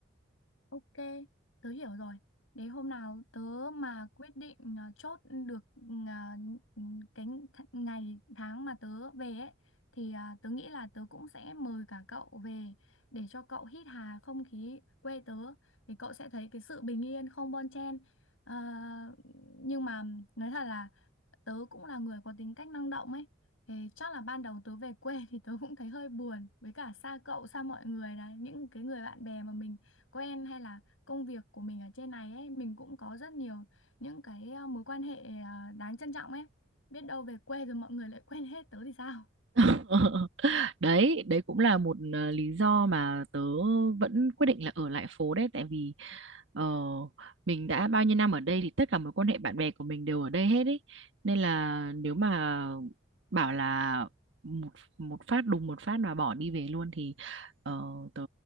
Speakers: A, on the left (about 85°); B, on the right (about 65°).
A: Ok, tớ hiểu rồi. Để hôm nào tớ mà quyết định à, chốt được à, cái th- ngày tháng mà tớ về ấy thì à, tớ nghĩ là tớ cũng sẽ mời cả cậu về để cho cậu hít hà không khí quê tớ thì cậu sẽ thấy cái sự bình yên không bon chen. Ờ, nhưng mà nói thật là tớ cũng là người có tính cách năng động ấy thì chắc là ban đầu tớ về quê <laughs> thì tớ cũng thấy hơi buồn với cả xa cậu xa mọi người này những cái người bạn bè mà mình quen hay là công việc của mình ở trên này ấy mình cũng có rất nhiều những cái ờ, mối quan hệ ờ, đáng trân trọng ấy biết đâu về quê rồi mọi người lại <laughs> quên hết tớ thì sao
B: <laughs> đấy đấy cũng là một ờ, lý do mà tớ vẫn quyết định là ở lại phố đấy tại vì ờ, mình đã bao nhiêu năm ở đây thì tất cả mối quan hệ bạn bè của mình đều ở đây hết ấy nên là nếu mà bảo là một một phát đùng một phát mà bỏ đi về luôn thì ờ, tớ